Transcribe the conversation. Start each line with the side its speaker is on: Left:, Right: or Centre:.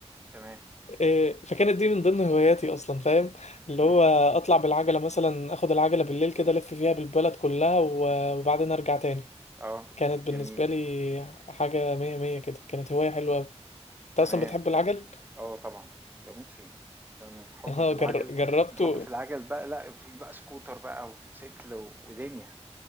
Right: تمام.
Left: إيه، فكانت دي من ضمن هواياتي اصلا فاهم اللي
Right: إمم.
Left: هو اطلع بالعجله مثلا اخد العجله بالليل كده الف فيها بالبلد كلها و- وبعدين ارجع تاني
Right: آه.
Left: كانت بالنسبه
Right: جميل.
Left: لي حاجه مية مية كده كانت هوايه حلوه أوي. انت
Right: تمام
Left: اصلا بتحب
Right: حلو.
Left: العجل
Right: آه طبعًا، باموت فيه. ده من
Left: <laughs>
Right: حُبّي
Left: اه
Right: في العَجَل
Left: جر... جربته
Right: من حُبّي في العَجَل بقى لأ، في بقى سكوتر بقى وموتوسيكل و- ودنيا،